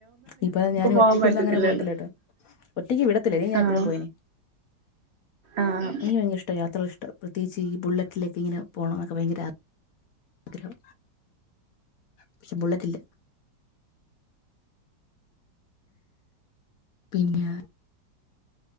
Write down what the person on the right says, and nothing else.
പോവാൻ
പറ്റത്തില്ലല്ലോ
ആഹ്
ആഹ്